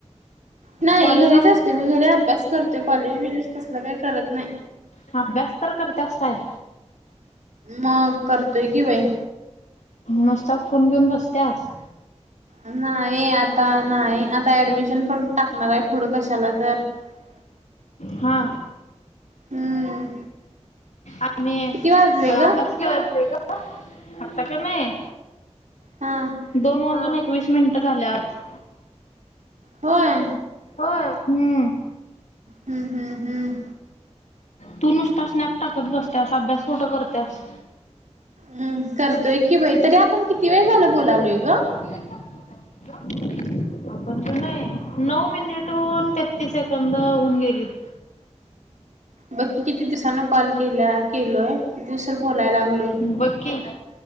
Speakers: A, on the right (about 90°); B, on the left (about 80°).
A: नाही
B: कॉलेजला
A: घरीच असते मी, घरी अभ्यास करते कॉलेज बीलेज कसला काही करत नाही.
B: ह अभ्यास तर करतेस काय?
A: मग करतोय कि बाई!
B: नस्ता फोन घेऊन बसत्यास.
A: अं नाई आता नाई आता ऍडमिशन पण टाकणाराय पुढं कशाला तर, <unintelligible>
B: हा
A: हम्म
B: आणी
A: किती वाजले
B: अभ्यास
A: ग
B: केला <inaudible> आत्ता का नाय
A: हा
B: दोन वाजून एकवीस मिंटं झाल्यात.
A: होय
B: हो हम
A: हम हम हम
B: तू नुसता स्नॅप टाकत बसत्यास, अभ्यास कोठं करत्यास?
A: हम करतोय कि बाई, तरी आपण किती
B: करतोय
A: वेळ झालं बोलालोय
B: कि बाई तरी
A: ग.
B: आपण <inaudible> आपण का नाय नऊ मिनिटहून तेहतीस सेकंद होऊन गेलीत.
A: बक्की किती दिवसांन कॉल केल्या केलोय किती उशीर बोलाय लागलोय.
B: बघ की